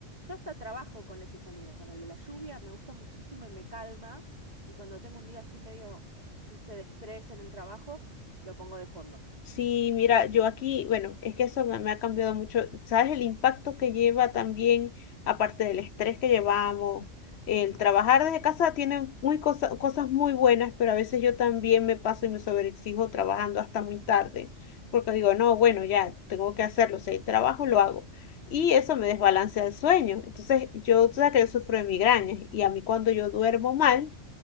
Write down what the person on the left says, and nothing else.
Sí, mira, yo aquí, bueno, es que eso me, me ha cambiado mucho. ¿Sabes el impacto que lleva también, aparte del estrés que llevamos? El trabajar desde casa tiene muy cosa- cosas muy buenas, pero a veces yo también me paso y me sobreexijo trabajando hasta muy tarde, porque digo, no, bueno, ya tengo que hacerlo, si hay trabajo, lo hago. Y eso
me desbalancea el sueño. Entonces, yo, tú sabes que yo sufro de migrañas y a mí cuando yo duermo mal,